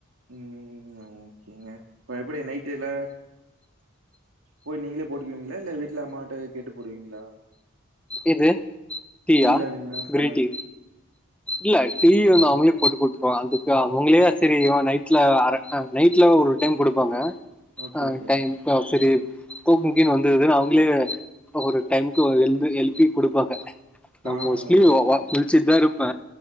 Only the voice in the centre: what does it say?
இது டீயா
கிரீன்
டீ இல்ல டீ வன் அவங்களே போட்டு கொடுதுருவங்க அதுக்கு அவங்களே சரி நைட்ல அர நைட்ல ஒரு டைம் கொடுப்பாங்க
ஆ
டைம்பா சரி குமுக்கின்னு வந்தது அவங்களே ஒரு டைமுக்கு எலுந்து எலுப்பி கொடுப்பாங்க நா
மோஸ்ளி
ஓ ஓ முலிச்சிட்டு தா இப்ப